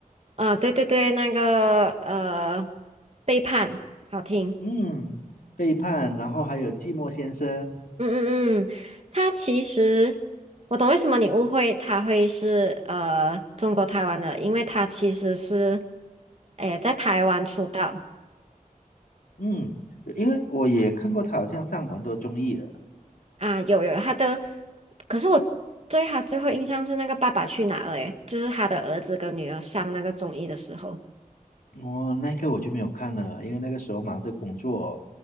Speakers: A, on the right (about 50°); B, on the left (about 80°).
A: 啊，对对对，那个呃，背叛，好听。
B: 嗯，背叛，然后还有寂寞先生，
A: 嗯嗯嗯，他其实我懂为什么你误会他会是呃中国台湾的，因为他其实是，哎，在台湾出道。
B: 嗯，因为我也看过他好像上蛮多综艺的，
A: 啊，有有他的，可是我对他最后印象是那个《爸爸去哪儿》诶，就是他的儿子跟女儿上那个综艺的时候，
B: 我那个我就没有看了，因为那个时候忙着工作，